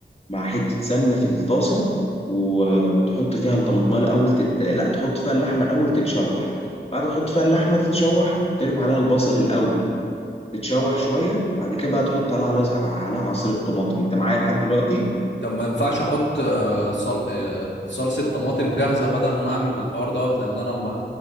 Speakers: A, on the left; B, on the left.
A: مع حته سمنه في الطاسه و... وتحط فيها الطماطمايه الاول تت... لا تحط فيها اللحمه الاول تتشوح بعد ما تحط فيها اللحمه تتشوح ترمي عليها البصل الاول تتشوح شويه بعد كده بقى تحط عليها عليها عليها عصير الطماطم انت معايا لحد دلوقتي
B: طب ما ينفعش احط آه، صل... آه، صلصة طماطم جاهزة بدل ما اعمل الحوار دوت لان انا ما...